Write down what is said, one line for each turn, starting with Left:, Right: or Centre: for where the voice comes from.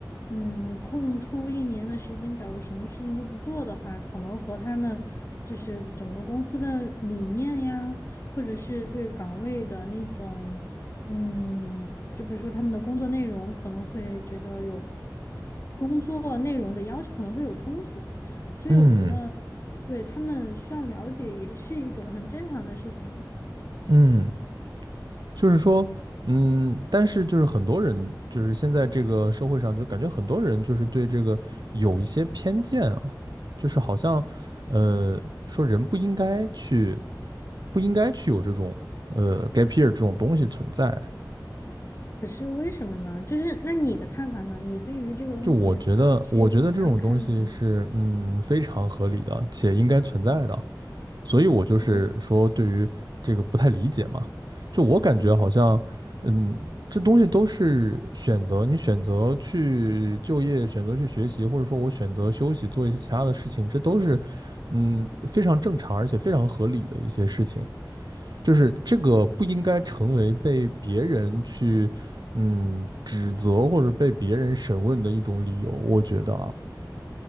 Left: 嗯，空出一年的时间，假如什么事情都不做的话，可能和他们就是整个公司的理念呀，或者是对岗位的那种，嗯，就比如说他们的工作内容，可能会觉得有工作内容的要求可能会有冲突，所以我觉得
Right: 嗯
Left: 对他们需要了解也是一种很正常的事情了。
Right: 嗯，就是说，嗯，但是就是很多人，就是现在这个社会上，就感觉很多人就是对这个有一些偏见啊，就是好像，呃，说人不应该去，不应该去有这种，呃，gap year 这种东西存在。
Left: 可是为什么呢？就是那你的看法呢？你对于这个东西是怎么样看的呢？
Right: 就我觉得，我觉得这种东西是，嗯，非常合理的，且应该存在的。所以我就是说对于这个不太理解嘛，
Left: 嗯
Right: 就我感觉好像，
Left: 嗯
Right: 嗯，这东西都是选择，你选择去就业，选择去学习，或者说我选择休息，做一些其他的事情，这都是，嗯，非常正常而且非常合理的一些事情，就是这个不应该成为被别人去，嗯，指责或者被别人审问的一种理由，我觉得啊。